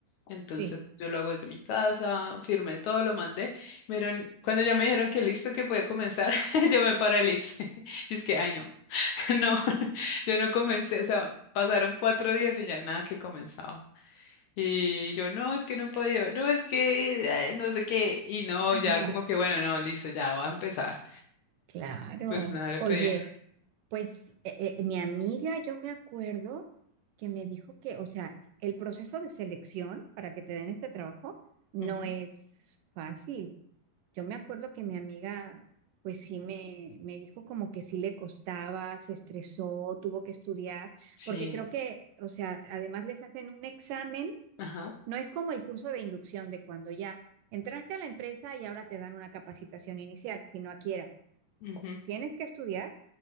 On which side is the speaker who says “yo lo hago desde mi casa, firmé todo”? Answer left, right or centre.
Left